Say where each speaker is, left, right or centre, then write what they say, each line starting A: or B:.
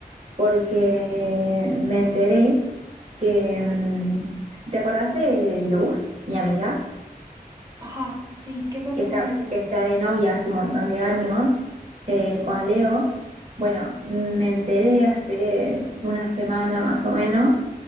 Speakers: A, on the right; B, on the right.
A: porque me enteré que... em, ¿Te acordás de Luz, mi amiga?
B: Ajá, sí, ¿qué pasó
A: que está,
B: con ella?
A: que está de novia hace un montón de años eh, con Leo. Bueno, me enteré hace una semana más o menos